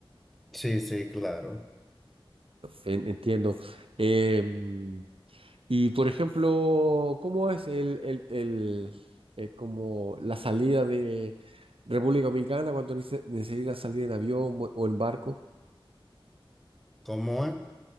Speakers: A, in the centre; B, on the right.
A: Sí, sí, claro.
B: en- entiendo. Em, Y por ejemplo, ¿cómo es el, el, el, eh, como la salida de República Dominicana cuando nece- necesitan salir en avión o o en barco?
A: ¿Cómo es?